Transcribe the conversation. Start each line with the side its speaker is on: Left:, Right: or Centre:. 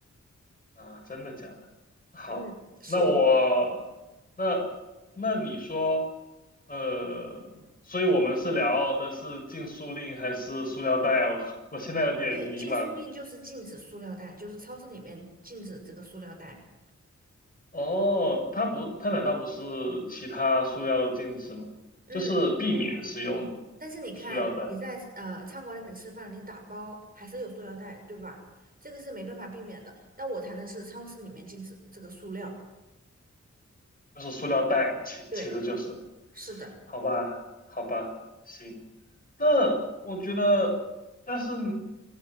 Left: 啊？真的假的？好，
Right: 嗯，是的。
Left: 那嗯我那那你说，呃，所以我们是聊的是禁塑令还是塑料袋啊？<laughs> 我我现在有点迷茫。
Right: 对，禁塑令就是禁止塑料袋，就是超市里面禁止这个塑料袋。
Left: 哦，它不，它难道不是其他塑料的禁止吗？
Right: 嗯，
Left: 就是避免使用
Right: 但是你看你在呃餐馆里面吃饭，
Left: 塑料袋，
Right: 你打包还是有塑料袋，对吧？这个是没办法避免的。但我谈的是超市里面禁止这个塑料。
Left: 就是塑料袋，其其实就是。
Right: 对，是的，
Left: 好吧，好吧，行。那我觉得，但是